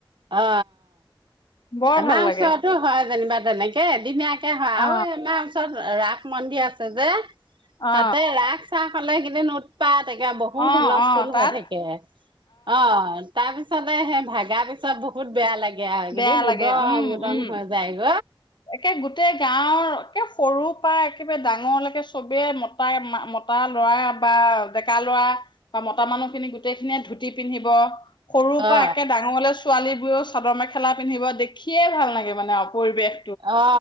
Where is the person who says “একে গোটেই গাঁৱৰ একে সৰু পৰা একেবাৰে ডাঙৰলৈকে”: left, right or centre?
Left